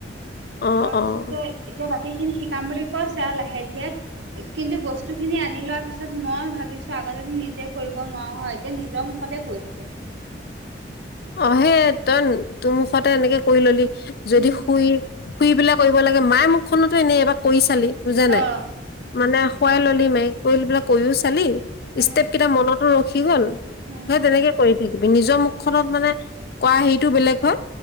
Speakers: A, on the left (about 55°); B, on the right (about 85°).
A: অ
B: তাৰ পিছতে
A: অ
B: এতিয়া বাকী খিনি শিকাম বুলি কৈচে লাহে ধিৰে কিন্তু বস্তু খিনি আনি লোৱা পিছত মই ভাবিছো আগতে নিজে কৰিব নোৱাৰো হয় এতিয়া নিজৰ মুখতে কৰি থাকিম
A: <inaudible> অহে তইন তোৰ মুখতে এনেকে কৰি ল'লি যদি
B: উম
A: শুই শুই পেলাই কৰিব লাগে মায়ে মুখখনতো এনেই এবাৰ কৰি চালি বুজা নাই
B: অ উম
A: মানে, খোৱাই ল'ল মক পৰি <unintelligible> পেলাক কৈও চালি
B: উম
A: ষ্টেপ কেইটা মনতো ৰখি গ'ল
B: উম
A: সেই তেনেকে কৰি থাকিবি নিজৰ
B: উম
A: মুখ ত মানে কৰা হেৰিটো বেলেগ হয়,